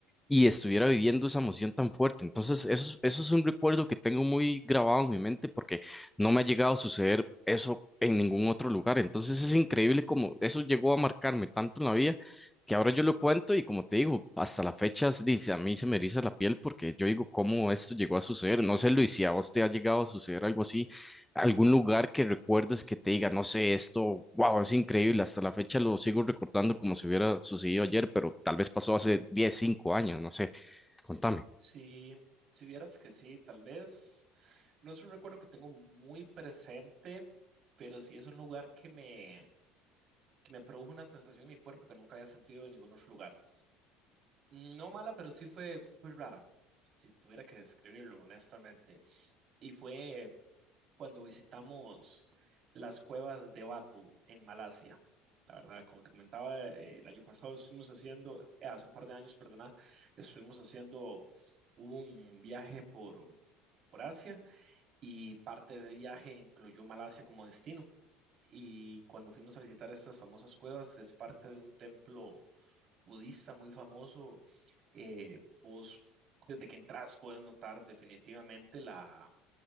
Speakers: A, in the centre; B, on the right.
A: y estuviera viviendo esa emoción tan fuerte. Entonces, eso, es- eso es un recuerdo que tengo muy grabado en mi mente porque no me ha llegado a suceder eso en ningún otro lugar. Entonces, es increíble cómo eso llegó a marcarme tanto en la vida que ahora yo lo cuento y como te digo, hasta la fecha, dice, a mí se me eriza la piel porque yo digo, ¿cómo esto llegó a suceder? No sé, Luis, si a vos te ha llegado a suceder algo así algún lugar que recuerdes que te diga, no sé, esto, wow, es increíble, hasta la fecha lo sigo recordando como si hubiera sucedido ayer, pero tal vez pasó hace 10 5 años, no sé, contame.
B: Sí, si vieras que sí, tal vez no es un recuerdo que tengo muy presente, pero sí es un lugar que me, que me produjo una sensación en mi cuerpo que nunca había sentido en ningún otro lugar. No mala, pero sí fue, fue rara, si tuviera que describirlo honestamente. Y fue cuando visitamos las cuevas de Batu en Malasia. La verdad, como te comentaba, eh, el año pasado estuvimos haciendo, eh, hace un par de años, perdona, estuvimos haciendo un viaje por, por Asia y parte de ese viaje incluyó Malasia como destino. Y cuando fuimos a visitar estas famosas cuevas, es parte de un templo budista muy famoso. eh, vos, desde que entras, puedes notar definitivamente la